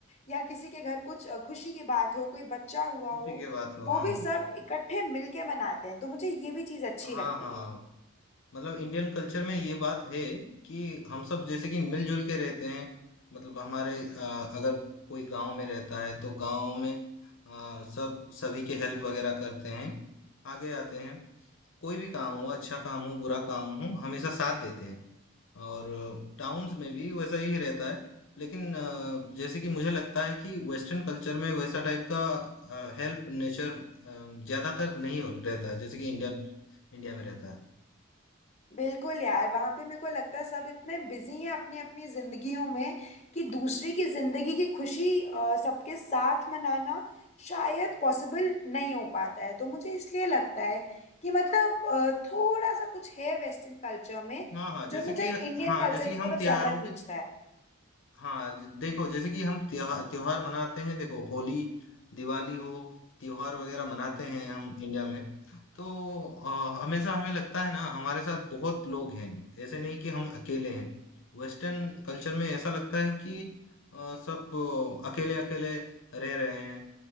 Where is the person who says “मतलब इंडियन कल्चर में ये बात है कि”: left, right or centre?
Left